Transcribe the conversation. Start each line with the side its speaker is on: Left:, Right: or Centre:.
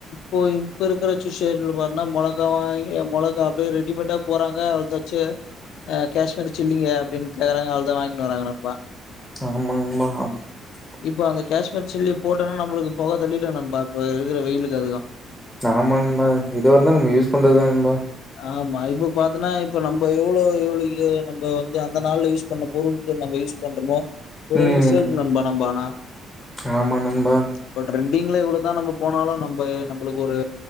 Left: போய் இப்ப இருக்கிற ஷூ விஷன் போய் மிளகா வாங்கி மிளகா அப்படியே ரெடிமேடா போறாங்க அவளதாச்சுஹ் காஷ்மீரி சில்லிங்க அப்படின்னு கேக்குறாங்க அவளதான் வாங்கிட்டு வறாங்க ந்பா
Centre: ஆமா நண்பா ஆமா ஆ
Left: இப்ப அந்த காஷ்மீர் சில்லி போட்டேனா நம்மளுக்கு புகை தெளிடு நண்பா இப்ப இருக்கிற வெயிலுக்கு அதுக்கு
Centre: ஆமா நண்பா எதுவா இருந்தாலும் நம்ம யூஸ் பண்றதுா நண்பா
Left: ஆமா இப்ப பாத்தன்னா இப்ப நம்ம எவ்வளோ எவ்வளோ நம்ம வந்து அந்த நாள்ல யூஸ் பண்ண பொரு நம்ம யூஸ் பண்றோமோ ஓரளவு
Centre: ம்
Left: சேவ் நண்பா நம்ம ஆனா
Centre: ஆமா நண்பா
Left: இப்ப டரெண்டிங்ல எவ்வளவுதான் நம்ம போனாலும் நம்ம நம் நம்மளுக்கு ஒரு